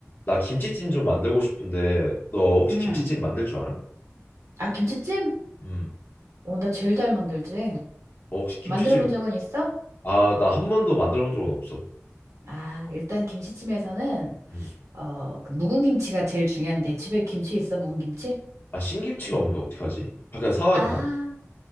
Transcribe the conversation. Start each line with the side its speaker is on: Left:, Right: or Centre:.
Left: 나 김치찜 좀 만들고 싶은데 너 혹시
Right: 음.
Left: 김치찜 만들 줄 알아?
Right: 아, 김치찜?
Left: 음.
Right: 어, 나 제일 잘 만들지.
Left: 어, 혹시 김치찜
Right: 만들어 본 적은 있어?
Left: 아, 나 한 번도 만들어 본 적은 없어.
Right: 아, 일단 김치찜에서는,
Left: 음.
Right: 어, 그 묵은 김치가 제일 중요한데, 집에 김치 있어, 묵은 김치?
Left: 아, 신김치가 없는데 어떡하지? 밖에서 사와야
Right: 아,
Left: 되나?